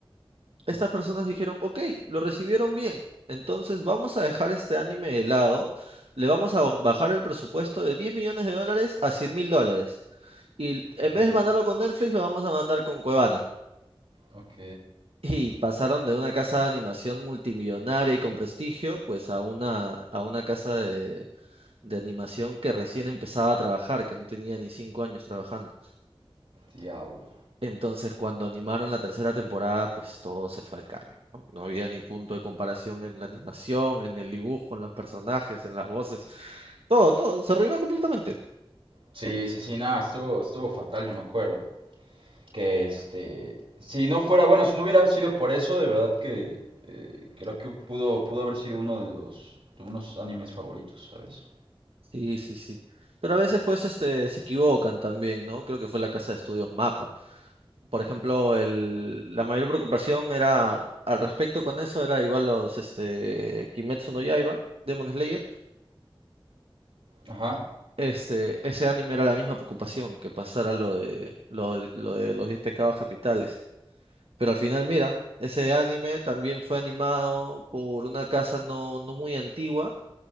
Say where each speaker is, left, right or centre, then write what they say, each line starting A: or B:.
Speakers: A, on the right (about 80°); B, on the right (about 70°).
A: estas personas dijeron, ok, lo recibieron bien, entonces vamos a dejar este anime de lado, le vamos a bo- bajar el presupuesto de 10 millones de dólares a 100 mil dólares. Y en
B: ok,
A: vez de mandarlo con Netflix, lo vamos a mandar con Cuevana.
B: ok,
A: Y pasaron de una casa de animación multimillonaria y con prestigio, pues a una, a una casa de, de animación que recién empezaba a trabajar, que no tenía ni cinco años trabajando.
B: diablo.
A: Entonces, cuando animaron la tercera temporada, pues todo se fue al caño, ¿no? No había ni punto de comparación en la animación, en el dibujo, en los personajes, en las voces. Todo, todo, se arruinó completamente.
B: Sí, sí, sí, nada, estuvo, estuvo fatal, yo me acuerdo. Que este, si no fuera, bueno, si no hubiera sido por eso, de verdad que eh, creo que pudo, pudo haber sido uno de los, de unos animes favoritos, ¿sabes?
A: Sí, sí, sí. Pero a veces, pues, este, se equivocan también, ¿no? Creo que fue la casa de estudios Mapa. Por ejemplo, el, la mayor preocupación era, al respecto con eso, era igual los, este, Kimetsu no Yaiba, Demon Slayer.
B: Ajá.
A: Este, ese anime era la misma preocupación que pasara lo de, lo de lo de los 10 pecados capitales. Pero al final, mira, ese anime también fue animado por una casa no, no muy antigua